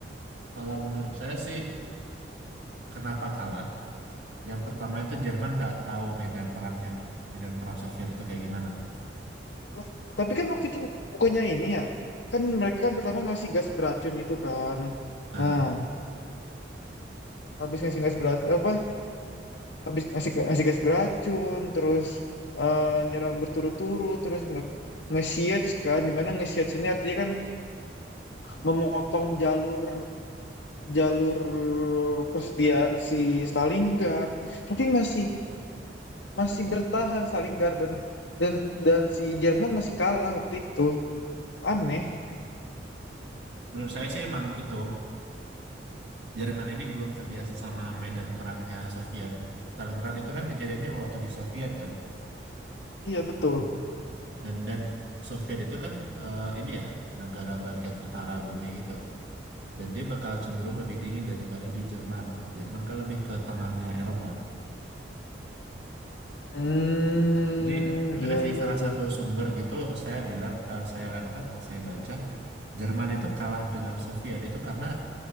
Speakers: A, on the right; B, on the left.
A: Kalau menurut saya sih, kenapa kalah? Yang pertama itu Jerman nggak tahu medan perangnya, medan perang Soviet itu kayak gimana.
B: Loh, Tapi kan waktu itu bukannya ini ya. Kan mereka kan pertama ngasih gas beracun itu kan.
A: Nah,
B: Nah, habis ngasih gas beracun apa habis ngasih ngasih gas beracun terus eh, nyerang berturut-turut terus nge nge-siege kan dimana nge-siege ini artinya kan memotong jalur jalur persediaan si Stalingrad tapi masih masih bertahan Stalingrad dan dan dan si Jerman masih kalah waktu itu aneh
A: menurut saya sih emang itu Jerman ini belum terbiasa sama medan perangnya Soviet. Stalingrad itu kan kejadiannya waktu di Soviet kan,
B: iya betul
A: Hmm. dan dan Soviet itu kan eh, ini ya negara bagian utara bumi gitu, dan dia bakal cenderung lebih dingin daripada di Jerman. Jerman kan lebih ke tengahnya Eropa.
B: hmm
A: Jadi
B: iya
A: ada sih
B: iya
A: salah
B: iya
A: satu sumber gitu saya bilang eh, saya apa saya baca Jerman itu kalah dengan Soviet itu karena